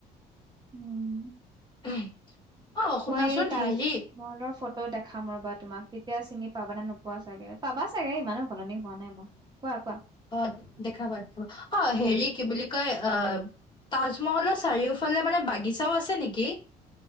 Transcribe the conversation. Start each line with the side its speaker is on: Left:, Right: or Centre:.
Right: উম।
Left: <inaudible> শুনাচোন
Right: মই এ তাজ
Left: হেৰি
Right: মহলৰ ফটো দেখাম ৰ'বা তোমাক তেতিয়া চিনি পাবা নে নোপোৱা চাগে, পাবা চাগে ইমানো সলনি হোৱা নাই মই। কোৱা কোৱা।
Left: অ', দেখাবা দেখাবা অ' হেৰি কি বুলি কয় অ' তাজমহলৰ চাৰিওফালে মানে বাগিচাও আছে নেকি?